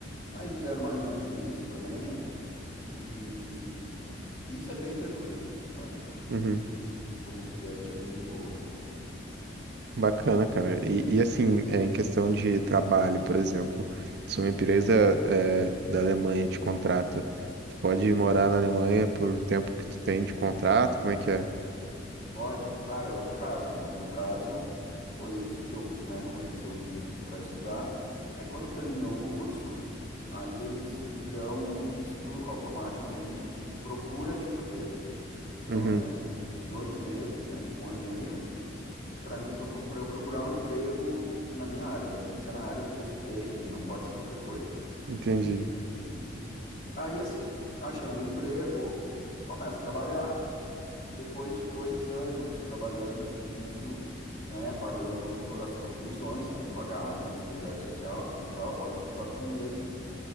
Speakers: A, on the left (about 40°); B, on the right (about 55°).
A: Aí eles me deram mais um ano de visto também, e isso é bem tranquilo, sabe?
B: Uhum.
A: Bem- Como estudante é bem de boa.
B: Bacana, cara. E, e, assim, é, em questão de trabalho, por exemplo, se uma empresa é, da Alemanha te contrata, tu pode morar na Alemanha por tempo que tu tem de contrato, como é que é?
A: Pode, claro, é outro caso, né? O meu caso foi isso que eu, né, como eu disse, eu vim para estudar. Aí quando terminou o curso, aí eles me dão um visto automaticamente de procura de emprego. Então
B: Uhum,
A: é 18 meses, né, tipo um ano e meio, para mim para eu procurar um emprego na minha área. Daí tem que ser na área do que eu estudei aqui, não pode ser qualquer coisa.
B: entendi.
A: E aí, assim, achando emprego, começo a trabalhar, e depois de dois anos trabalhando fixo, né, pagando to- as contribuições que tem que pagar, né, de seguridade social, tudo e tal, após 24 meses,